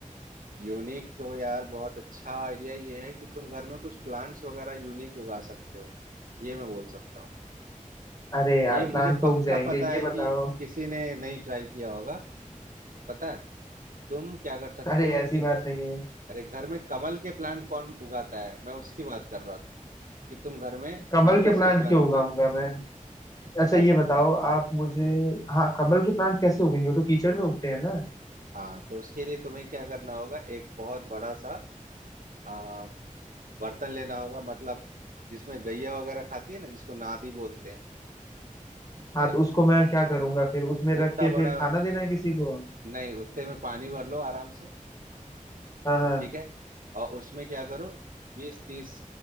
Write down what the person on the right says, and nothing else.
यूनिक तो यार बहुत अच्छा आइडिया ये है कि तुम घर में कुछ प्लांट्स वगैरह यूनिक उगा सकते हो ये मैं बोल सकता हूँ
ये
मुझे
पक्का
पता
है कि
किसी ने नहीं ट्राई किया होगा पता है तुम क्या कर सकते
हो
कि
अरे घर में कमल के प्लांट कौन उगाता है मैं उसकी बात कर रहा था कि तुम घर में
लोटस
के प्लांट
उगा
सकते
हो
हम्म,
हाँ तो उसके लिए तुम्हें क्या करना होगा एक बहुत बड़ा सा आ, बर्तन लेना होगा मतलब जिसमें गैया वगैरह खाती है ना जिसको नादी बोलते हैं
है ना
उतना
बड़ा
नहीं उतने में पानी भर लो आराम से
ठीक है और उसमें क्या करो बीस तीस